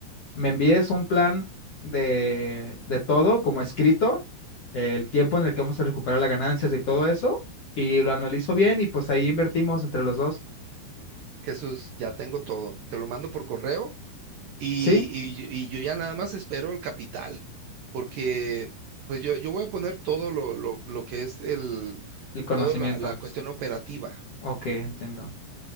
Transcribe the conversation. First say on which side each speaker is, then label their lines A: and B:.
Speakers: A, on the left; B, on the right.
A: me envíes un plan de, de todo como escrito, el tiempo en el que vamos a recuperar las ganancias y todo eso, y lo analizo bien y pues ahí invertimos entre los dos,
B: Jesús, ya tengo todo. Te lo mando por correo y,
A: ¿sí?
B: y, y yo ya nada más espero el capital, porque pues yo, yo voy a poner todo lo, lo, lo que es el,
A: El conocimiento.
B: toda la la cuestión operativa.
A: Ok, entiendo.